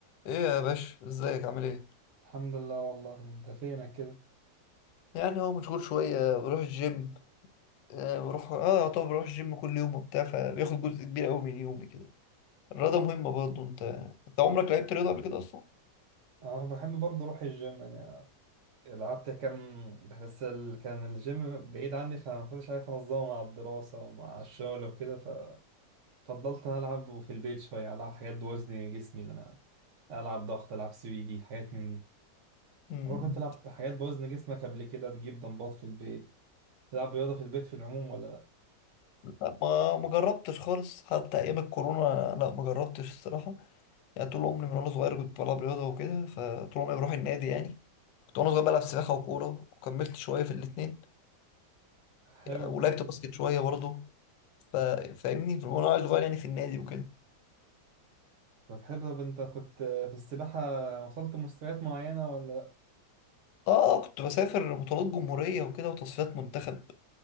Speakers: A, on the left (about 80°); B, on the right (about 60°).
A: ايه يا باشا ازيك عامل ايه
B: الحمد لله والله انت فينك كده
A: يعني هو مشغول شويه بروح الجيم آه بروح اه طبعا بروح الجيم كل يوم وبتاع فبياخد جزء كبير قوي من يومي كده الرياضه مهمه برضه انت انت عمرك لعبت رياضه قبل كده اصلا
B: انا بحب برضه اروح الجيم يعني لعبت كام بس ال... كان الجيم بعيد عني فما كنتش عارف انظمه مع الدراسه ومع الشغل وكده ففضلت انا العب في البيت شويه العب حاجات بوزن جسمي اللي انا العب ضغط العب سويدي حاجات من دي
A: مم.
B: برضه انت تلعب حاجات بوزن جسمك قبل كده تجيب دمبات في البيت تلعب رياضه في البيت في العموم ولا لا
A: لا، ما ما جربتش خالص حتى ايام الكورونا لا ما جربتش الصراحه يعني طول عمري من وانا صغير كنت بلعب رياضه وكده فطول عمري بروح النادي يعني كنت وانا صغير بلعب سباحه وكوره وكملت شويه في الاثنين
B: حلو
A: ولعبت
B: كنت
A: باسكت شويه برضه ف- فاهمني وانا صغير يعني في النادي وكده
B: طب حلو طب انت كنت في السباحه وصلت مستويات معينه ولا
A: اه كنت بسافر بطولات جمهورية وكده وتصفيات منتخب